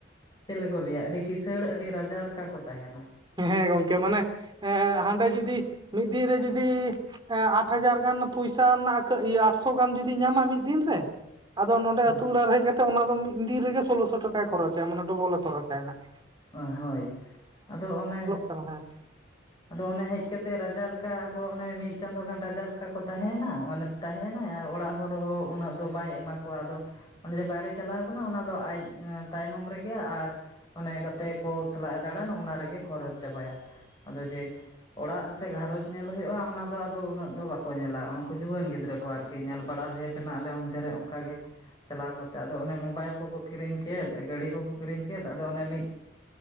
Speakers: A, on the left; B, on the right.
A: ᱪᱮᱫ ᱠᱚ ᱞᱟᱹᱭᱟ ᱟᱹᱰᱤ ᱠᱤᱥᱟᱹᱬ ᱟᱹᱰᱤ ᱨᱟ ᱡᱟ ᱞᱮᱠᱟ ᱠᱚ ᱛᱟᱦᱮᱱᱟ ᱾
B: ᱦᱮᱸ ᱜᱚᱝᱠᱮ ᱢᱟᱱᱮ ᱦᱟᱸᱰᱮ ᱡᱩᱫᱤ ᱢᱤᱫ ᱫᱤᱱ ᱨᱮ ᱡᱩᱫᱤ ᱟᱴ ᱦᱟᱡᱟᱨ ᱜᱟᱱ ᱯᱚᱭᱥᱟ ᱨᱮᱱᱟᱜ ᱟᱴᱥᱚ ᱜᱟᱱ ᱡᱩᱫᱤ ᱧᱟᱢᱟ ᱢᱤᱫ ᱫᱤᱱ ᱨᱮ ᱟᱫᱚ ᱱᱚᱸᱰᱮ
A: ᱦᱮᱸ
B: ᱟᱹᱛᱩ ᱚᱲᱟᱜ ᱨᱮ ᱦᱮᱡ ᱠᱟᱛᱮᱜ ᱚᱱᱟ ᱫᱚ ᱢᱤᱫ ᱫᱤᱱ ᱨᱮᱜᱮ ᱥᱳᱞᱳ ᱥᱚ ᱴᱟᱠᱟᱭ ᱠᱷᱚᱨᱚᱪᱟ ᱢᱟᱱᱮ ᱰᱚᱵᱚᱞ ᱠᱷᱚᱨᱚᱟᱭ ᱱᱟᱦᱟᱸᱜ ᱾
A: ᱦᱚᱭ ᱟᱫᱚ ᱚᱱᱮ
B: ᱠᱟᱱᱟ <inaudible>
A: ᱟᱫᱚ ᱚᱱᱮ ᱦᱮᱡ ᱠᱟᱛᱮ ᱨᱟᱡᱟ ᱞᱮᱠᱟ ᱟᱫᱚ ᱚᱱᱮ ᱢᱤᱫ ᱪᱟᱸᱫᱚ ᱜᱟᱱ ᱨᱟᱡᱟ ᱞᱮᱠᱟ ᱠᱚ ᱛᱟᱦᱮᱱᱟ ᱢᱟᱱᱮ ᱛᱟᱦᱮᱱᱟᱭ ᱟᱨ ᱚᱲᱟᱜ ᱦᱚᱲ ᱦᱚᱸ ᱩᱱᱟᱹᱜ ᱫᱚ ᱵᱟᱭ ᱮᱢᱟ ᱠᱚᱣᱟ ᱟᱫᱚ ᱚᱱᱮ ᱡᱮ ᱵᱟᱭᱨᱮᱭ ᱪᱟᱞᱟᱣ ᱟᱠᱟᱱᱟ ᱚᱱᱟ ᱫᱚ ᱟᱡ ᱛᱟᱭᱱᱚᱢ ᱨᱮᱜᱮ ᱟᱨ ᱚᱱᱮ ᱜᱟ ᱛᱮ ᱠᱚ ᱥᱟᱞᱟᱜ ᱮ ᱫᱟᱬᱟᱱ ᱚᱱᱟ ᱨᱮᱜᱮ ᱠᱷᱚᱨᱚᱪ ᱪᱟᱵᱟᱭᱟ ᱾ ᱟᱫᱚ ᱡᱮ ᱚᱲᱟᱜ ᱥᱮ ᱜᱷᱟᱨᱚᱸᱡ ᱧᱮᱞ ᱦᱩᱭᱩᱜᱼᱟ ᱚᱱᱟ ᱫᱚ ᱟᱫᱚ ᱩᱱᱟᱹᱜ ᱫᱚ ᱵᱟᱠᱚ ᱧᱮᱞᱟ ᱩᱱᱠᱩ ᱡᱩᱣᱟᱹᱱ ᱜᱤᱫᱽᱨᱟᱹ ᱠᱚ ᱟᱨ ᱠᱤ ᱧᱮᱞ ᱵᱟᱲᱟ ᱦᱩᱭ ᱠᱟᱱᱟ ᱟᱞᱮ ᱚᱱᱛᱮ ᱨᱮ ᱚᱱᱠᱟ ᱜᱮ ᱾ ᱪᱟᱞᱟᱣ ᱠᱟᱛᱮ ᱟᱫᱚ ᱚᱱᱮ ᱢᱳᱵᱟᱭᱤᱞ ᱠᱚᱠᱚ ᱠᱤᱨᱤᱧ ᱠᱮᱫ, ᱜᱟᱹᱰᱤ ᱠᱚᱠᱚ ᱠᱤᱨᱤᱧ ᱠᱮᱫ ᱟᱫᱚ ᱚᱱᱮ ᱢᱤᱫ